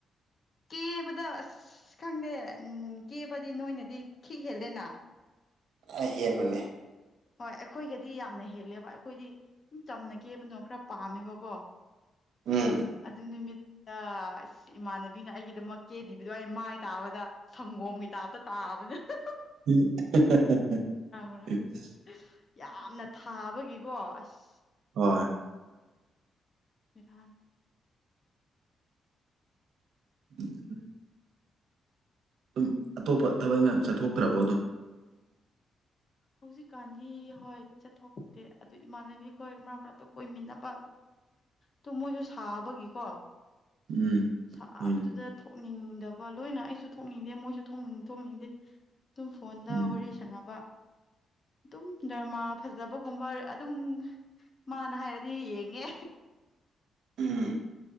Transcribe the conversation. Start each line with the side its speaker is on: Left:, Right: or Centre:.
Left: ꯀꯦꯕꯗ ꯑꯁ ꯈꯪꯗꯦ ꯎꯝ ꯀꯦꯕꯗꯤ ꯅꯣꯏꯅꯗꯤ ꯈꯤꯛ ꯍꯦꯜꯂꯦꯅ
Right: ꯑꯥ ꯌꯦꯟ ꯕꯅꯦ
Left: ꯍꯣꯏ ꯑꯈꯣꯏꯒꯗꯤ ꯌꯥꯝꯅ ꯍꯦꯜꯂꯦꯕ ꯑꯈꯣꯏꯗꯤ ꯁ ꯆꯝꯅꯒꯦꯕꯅꯣ ꯈꯔ ꯄꯥꯝꯃꯦꯕꯀꯣ
Right: ꯎꯝ
Left: ꯑꯗꯨ ꯅꯨꯃꯤꯠ ꯑ ꯏꯃꯥꯟꯅꯕꯤꯅ ꯑꯩꯒꯤꯗꯃꯛ ꯀꯦꯗꯤꯕꯗꯣ ꯑꯩ ꯃꯥꯏ ꯇꯥꯕꯗ ꯁꯪꯒꯣꯝꯒꯤ ꯇꯥꯞꯇ ꯇꯥ <unintelligible>
Right: ꯎꯝ ꯍ ꯍ
Left: ꯃꯔꯥꯡ ꯌꯥꯝꯅ ꯊꯥꯕꯒꯤꯀꯣ ꯑꯁ
Right: ꯍꯣꯏ
Left: ꯕꯦꯔꯅꯤ
Right: <inaudible> ꯁꯨꯝ ꯑꯇꯣꯞꯄ ꯊꯕꯛꯒ ꯆꯠꯊꯣꯛꯇ꯭ꯔꯕꯣ ꯑꯗꯨꯝ
Left: ꯍꯧꯖꯤꯛꯀꯥꯟꯗꯤ ꯍꯣꯏ ꯆꯠꯊꯣꯛꯇꯦ ꯑꯗꯨ ꯏꯃꯥꯟꯅꯕꯤꯈꯣꯏ ꯃꯔꯛ ꯃꯔꯛꯇ ꯀꯣꯏꯃꯤꯟꯅꯕ ꯇꯨꯝꯃꯁꯨ ꯁꯥꯕꯒꯤꯀꯣ
Right: ꯎꯝ
Left: ꯁꯥꯕꯗꯨꯗ
Right: ꯍꯣꯏꯅꯦ
Left: ꯊꯣꯛꯅꯤꯡꯗꯕ ꯂꯣꯏꯅ ꯑꯩꯁꯨ ꯊꯣꯛꯅꯤꯡꯗꯦ ꯃꯣꯏꯁꯨꯅꯤꯡ ꯊꯣꯛꯅꯤꯡꯗꯦ ꯇꯨꯝ ꯐꯣꯟꯗ
Right: ꯎꯝ
Left: ꯋꯥꯔꯤ ꯁꯥꯟꯅꯕ ꯑꯗꯨꯝ ꯗꯔꯃꯥ ꯐꯖꯕꯒꯨꯝꯕ ꯑꯗꯨꯝ ꯃꯥꯅ ꯍꯥꯏꯔꯗꯤ ꯌꯦꯡꯉꯦ
Right: ꯎꯝ